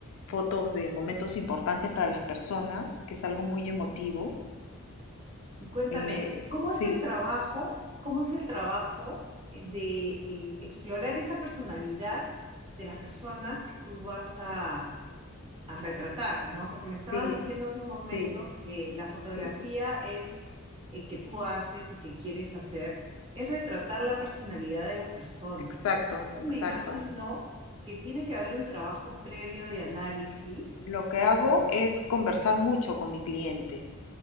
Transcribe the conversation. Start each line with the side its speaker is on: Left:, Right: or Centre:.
Left: fotos de momentos importantes para las personas, que es algo muy emotivo.
Right: Y Cuéntame,
Left: Eh,
Right: ¿cómo
Left: sí,
Right: es el trabajo? ¿Cómo es el trabajo de eh, explorar esa personalidad de las personas que tú vas a, a retratar, ¿no? Porque me
Left: sí,
Right: estabas diciendo hace un momento
Left: sí,
Right: que la fotografía
Left: sí,
Right: es eh, que tú haces y que quieres hacer, es retratar la personalidad de las personas.
Left: exacto,
Right: Entonces
Left: exacto.
Right: me imagino que tiene que haber un trabajo previo de análisis.
Left: Lo que hago
Right: o-
Left: es conversar mucho con mi cliente